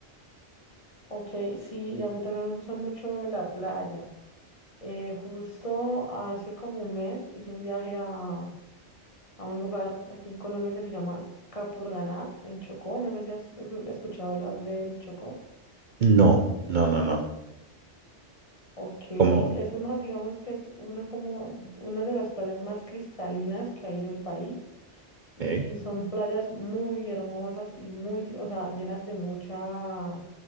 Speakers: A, on the left; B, on the right.
A: ok, sí, a mí también me gusta mucho la playa. Eh, justo hace como un mes hice un viaje a, a un lugar aquí en Colombia que se llama Capurganá, en Chocó. No sé si has escu- escuchado hablar del Chocó.
B: No, no, no, no.
A: Ok, eso
B: Como,
A: no, digamos que es una como una de las playas más cristalinas que hay en el país. y
B: ok,
A: son playas muy hermosas y muy, o sea, llenas de mucha